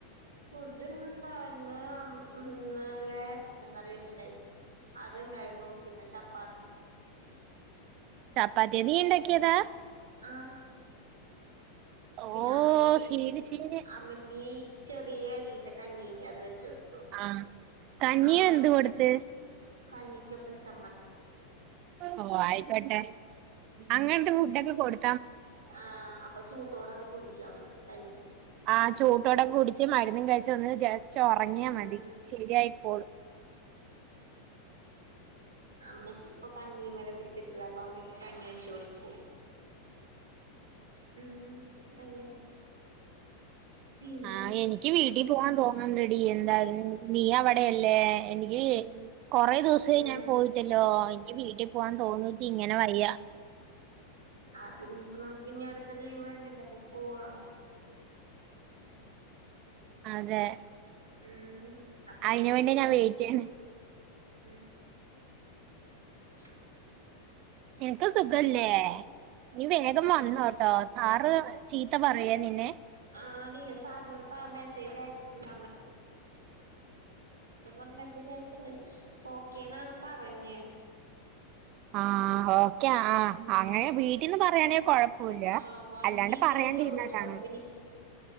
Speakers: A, on the right; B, on the right.
A: ഫുഡ്‌ ഇന്ന് എന്തായിന്ന്ന്ന്ല്ലെ ചിക്കൻ കറി വെച്ചിുണ്ടായിരുന്നു അത്ണ്ടായിരുന്നു പിന്നെ ചപ്പാത്തി
B: ചപ്പാത്തി നീ ഉണ്ടാക്കിയതാ
A: ആ
B: ഓ
A: പിന്നെ അമ്മക്ക്
B: സീന് സീന്
A: അമ്മക്ക് ചെറിയ അരിന്റെ കഞ്ഞീലെ അത് വെച്ചെടുത്തു
B: ആഹ് കഞ്ഞിയും
A: ആഹ
B: എന്ത് കൊടുത്ത്
A: കഞ്ഞിക്കപ്പം ചമ്മതി
B: ഓ ആയിക്കോട്ടെ അങ്ങനത്തെ ഫുഡൊക്കെ കൊടു
A: ആ അപ്പൊചൂട് ഓടെ അത് കുടിക്കാം കഞ്ഞി
B: ആഹ് ചൂടോടെ കുടിച്ച് മരുന്നും കഴിച്ച് ഒന്ന് ജസ്റ്റ് ഉറങ്ങിയാ
A: ഉം
B: മതി ശരിയായിക്കോളും
A: അമ്മേ ഇപ്പൊ കഞ്ഞീമ്മല് പിടിച്ചിട്ട്ള്ളത്. അപ്പൊ അമ്മയ്ക്ക് കഞ്ഞി വെച്ച് കൊടുക്കും ഉം അങ്ങനെ പിന്നെ
B: ആഹ് എനിക്ക് വീട്ടിൽ പോവാൻ തോന്നുന്നുണ്ടെടി എന്തായാലും നീ അവിടെയല്ലേ എനിക്ക് കൊറേ ദിവസായി
A: ഉം
B: ഞാൻ പോയിട്ടല്ലോ എനിക്ക് വീട്ടിൽ പോവാൻ തോന്നിട്ട് ഇങ്ങനെ വയ്യ
A: ആ ഇനിപ്പൊ നമുക്ക് ഇനി അടുത്ത് ലീവ് വര്നില്ലെ അപ്പൊ പോവാം
B: അതെ
A: ഉം അപ്പൊ
B: അതിന്
A: നാട്ടി
B: വേണ്ടിയാ ഞാൻ വെയിറ്റ് ചെയ്യ
A: ഉം <inaudible>
B: നിനക്ക് സുഖല്ലേ നീ വേഗം വന്നോട്ടോ സാറ് ചീത്ത പറയെ നിന്നെ
A: ആഹ് ഡീ സാറിനോട് പ മെസ്സേജ് അയച്ചിട്ടുണ്ട് ഞ് മെസ്സേജ് അയച്ച്ണ്ട് ഓക്കേന്നാണ് പറഞ്ഞ്
B: ആ ഓ ആ
A: ഉം
B: അങ്ങനെ വീട്ടിൽന്ന് പറയാണെങ്കിൽ കൊഴപ്പൂല്ല.
A: ആഹ് വൺ
B: അല്ലാണ്ട്
A: വീക്ക്
B: പറയാണ്ടിരുന്നിട്ടാണ്
A: ഞാൻ ചോദിച്ചു അപ്പൊ